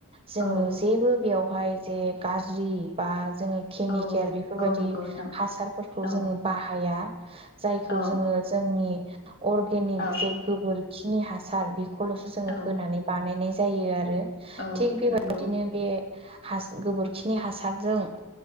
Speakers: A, on the right (about 25°); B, on the left (about 50°).
A: जों
B: औ
A: जेबो बेयावहाय जे गाज्रि बा जोङो केमिकेल
B: औ
A: बेफोरबायाददि
B: औ नंगौ नोंथां
A: हासारफोरखौ
B: औ
A: जोङो बाहाया जायखौ
B: औ
A: जोङो जोंनि अर्गेनिक
B: औ
A: जे गोबोरखिनि हासार बेखौल'सो जोङो
B: औ
A: होनानै बानायनाय ज जायो आरो
B: औ
A: थिग बेबादिनो
B: नंगौ
A: बे हास गोबोरखिनि हासारजों